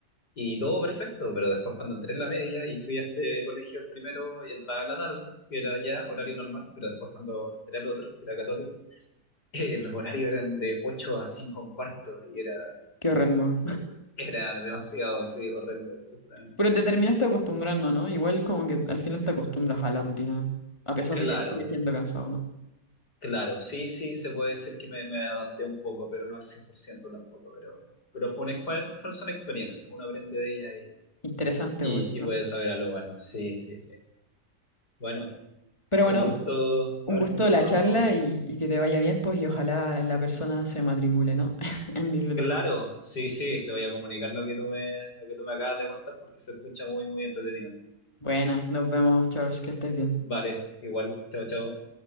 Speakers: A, on the left; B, on the left.
A: Y todo perfecto, pero después cuando entré en la media y fui a este colegio el primero y entraba en la tarde, que era ya horario normal, pero después cuando entré al otro, que era católico, <laughs> eh, los horarios eran de 8 a 5 un cuarto y era,
B: Qué horrendo.
A: era demasiado, sí, horrendo, exactamente.
B: Pero te terminaste acostumbrando, ¿no? Igual como que al final te acostumbras a la rutina, a pesar
A: Claro,
B: de que sigue siendo cansado, ¿no?
A: Claro, sí, sí, se puede decir que me, me adapté un poco, pero no al 100% tampoco, pero, pero fue una, exper- fue una experiencia, uno aprende de ella y,
B: Interesante,
A: y,
B: pues, ¿no?
A: y puede saber algo bueno, sí, sí, sí. Bueno,
B: Pero
A: con
B: bueno,
A: gusto
B: un
A: haber
B: gusto
A: conversado.
B: la charla y, y que te vaya bien, pues, y ojalá la persona se matricule, ¿no? <laughs> En biblioteca.
A: Claro, sí, sí, le voy a comunicar lo que tú me, lo que tú me acabas de contar porque se escucha muy, muy entretenido.
B: Buena, nos vemos, Charles, que estés bien.
A: Vale, igual, chao, chao.